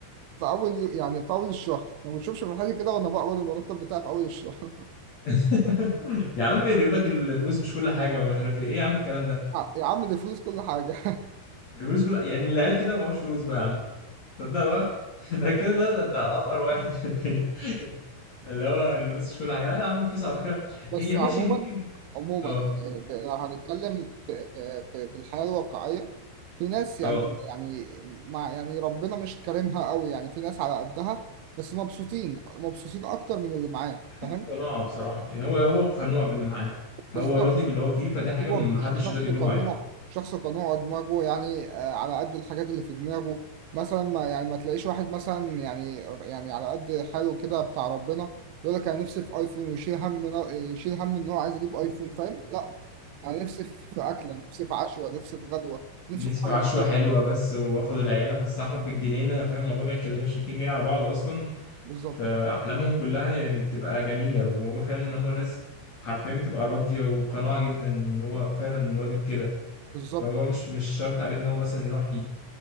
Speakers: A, on the right; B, on the left.
A: في أول يو... يعني في أول الشهر ما بتشوفش في حاجة كده وأنا بقبض المرتب بتاعي في أول الشهر
B: <laughs> يا عم بيقول لك الفلوس مش كل حاجه ومش عارف ايه ايه يا عم الكلام ده
A: <laughs> آه، يا عم دي الفلوس كل حاجة <laughs>
B: الفلوس كل يعني اللي قال كده معهوش فلوس بقى يا عم صدق بقى <laughs> ده كده ده ده ده افقر واحد في الدنيا اللي هو الفلوس مش كل حاجه لا يا عم الفلوس على فكره
A: بس
B: هي ماشي
A: عموما
B: ممكن
A: عموما
B: اه
A: آه، ب- لو هنتكلم في في- في الحياة الواقعية في ناس يعني
B: اه
A: يعني مع يعني ربنا مش كارمها قوي يعني في ناس على قدها بس مبسوطين مبسوطين اكتر من اللي معاه فاهم
B: دي قناعه بصراحه يعني هو هو قنوع باللي معاه هو
A: بالظبط
B: راضي باللي هو فيه فده حاجه
A: هو
B: محدش
A: شخص
B: يقدر يلوم
A: قنوع
B: عليها
A: شخص قنوع دماغه يعني آه، على قد الحاجات اللي في دماغه مثلا ما يعني ما تلاقيش واحد مثلا يعني يعني على قد حاله كده بتاع ربنا يقول لك انا نفسي في ايفون ويشيل هم يشيل هم ان هو عايز يجيب ايفون فاهم لا انا نفسي في اكله نفسي في عشوه نفسي في غدوه نفسي
B: فنسف
A: في حاجه
B: عشوة
A: بسيطه
B: حلوة بس واخد العيال افسحهم في الجنينة فاهم الموضوع ما يتكلفش 200 جنيه على بعضه اصلا
A: بالظبط
B: فاحلامهم كلها يعني بتبقى جميلة وهو فعلا ان هم ناس حرفيا بتبقى راضية وقناعة جدا وان هو فعلا راضي بكده
A: بالظبط
B: فهو مش مش شرط عليه ان هو مثلا يروح